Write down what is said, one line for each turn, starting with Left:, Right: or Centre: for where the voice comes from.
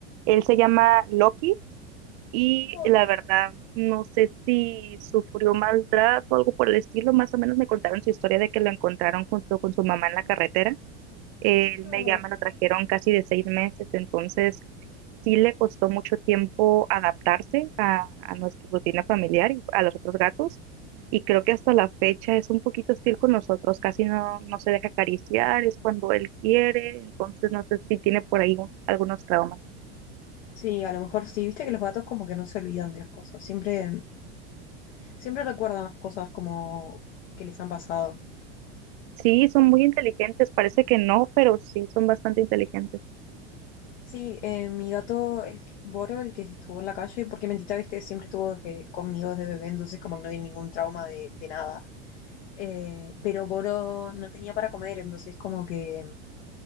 Right: Él se llama Loki y
Left: Ay,
Right: la verdad no sé si sufrió maltrato o algo por el estilo. Más o menos me contaron su historia de que lo encontraron junto con su mamá en la carretera él
Left: no.
Right: me ya me lo trajeron casi de seis meses, entonces sí le costó mucho tiempo adaptarse a, a nuestra rutina familiar y a los otros gatos. Y creo que hasta la fecha es un poquito hostil con nosotros, casi no, no se deja acariciar, es cuando él quiere, entonces no sé si tiene por ahí un- algunos traumas.
Left: Sí, a lo mejor sí, viste que los gatos como que no se olvidan de las cosas, siempre, siempre recuerdan las cosas como que les han pasado.
Right: Sí, son muy inteligentes, parece que no, pero sí son bastante inteligentes.
Left: Sí, eh, mi gato, el que- Boro, el que estuvo en la calle, porque Mentita, viste, siempre estuvo desde- conmigo desde bebé, entonces como que no tiene ningún trauma de, de nada. Eh, pero Boro no tenía para comer, entonces como que